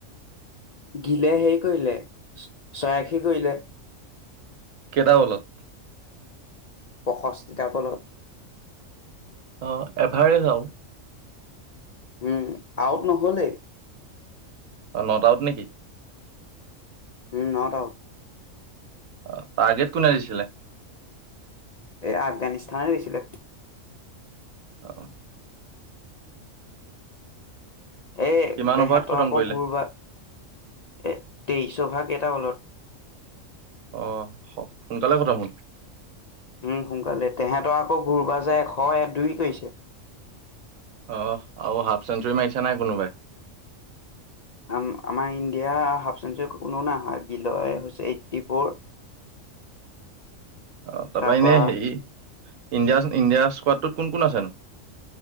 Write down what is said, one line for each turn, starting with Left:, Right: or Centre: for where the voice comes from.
Left: গিলে হেৰি কৰিলে, ছয়াশী কৰিলে
Right: কেটা বলত
Left: প্ৰসস্তিতা বলত
Right: অ এভাৰেজ আও
Left: উম আউট নহলে
Right: অ নট আউট নেকি?
Left: উম নকআউট
Right: অ টাৰ্গেট কোনে দিছিলে?
Left: এই আফগানিস্তানে দিছিলে।
Right: অঁ
Left: এই
Right: কিমান
Left: তেহেতৰ
Right: অভাৰত খতম
Left: আকৌ
Right: কৰিলে
Left: কৰবাত এ তেইচ অভা কেইটা বলত
Right: অহ সোনকালে খতম হল
Left: উ সোনকালে তেহেঁতৰ আকৌ কোনোবা যে এশ এক দুই কৰিছে
Right: অহ আৰু হাফ চেঞ্চুুৰী মাৰিছে নাই কোনোবাই?
Left: আ আমাৰ ইণ্ডিয়া হাফ চেঞ্চুৰী কোনো নাহাৰে গিলয় হৈছে এইট্টি ফ'ৰ
Right: অ তাৰপৰা
Left: তাৰপা
Right: এনে হেৰি ইণ্ডিয় ইণ্ডিয়া স্কডটোত কোন কোন আছে